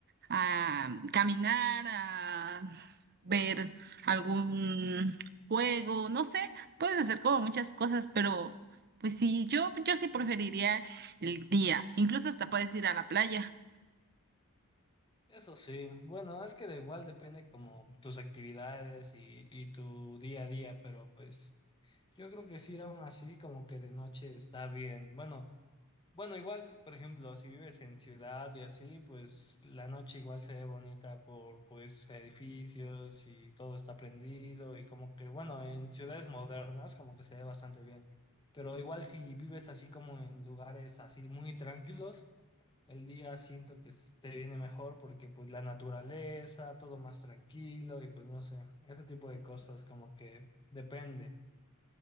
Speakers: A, on the right; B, on the left.
A: a caminar, a ver algún juego, no sé, puedes hacer como muchas cosas, pero pues sí, yo, yo sí preferiría el día. Incluso hasta puedes ir a la playa.
B: Eso sí, bueno, es que de igual depende como tus actividades y, y tu día a día, pero pues yo creo que sí, aún así como que de noche está bien. Bueno, bueno, igual, por ejemplo, si vives en ciudad y así, pues la noche igual se ve bonita por pues edificios y todo está prendido y como que, bueno, en ciudades modernas como que se ve bastante bien, pero igual si vives así como en lugares así muy tranquilos. El día siento que s- te viene mejor porque pues la naturaleza, todo más tranquilo y pues no sé, ese tipo de cosas como que depende.